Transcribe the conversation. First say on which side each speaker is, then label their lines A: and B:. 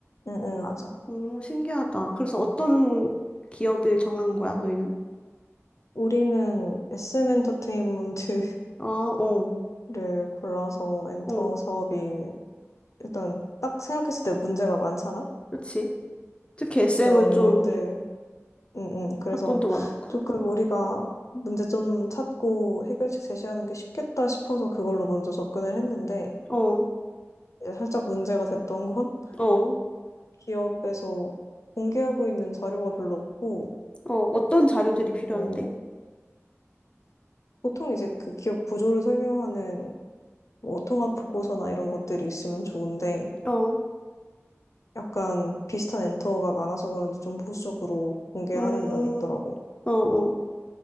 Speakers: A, on the left; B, on the left.
A: 응, 응, 맞아.
B: 오 신기하다. 그래서 어떤 기업을 정한 거야, 너희는?
A: 우리는 SM 엔터테인먼트를
B: 어, 어,
A: <laughs> 골라서 엔터
B: 어.
A: 사업이 일단 딱 생각했을 때 문제가 많잖아?
B: 그렇지. 특히 SM은
A: 그런
B: 좀
A: 것들 음, 음. 그래서
B: 사건도 많았고.
A: 조금 우리가 문제 좀 찾고 해결책 제시하는 게 쉽겠다 싶어서 그걸로 먼저 접근을 했는데
B: 어,
A: 이제 살짝 문제가 됐던 건
B: 어,
A: <laughs> 기업에서 공개하고 있는 자료가 별로 없고
B: 어. 어떤 자료들이 필요한데?
A: 뭐 보통 이제 그 기업 구조를 설명하는 뭐 통합 보고서나 이런 것들이 있으면 좋은데
B: 어,
A: 약간 비슷한 엔터가 많아서 그런지 좀 보수적으로 공개하는
B: 음,
A: 면이 있더라고.
B: 어, 어.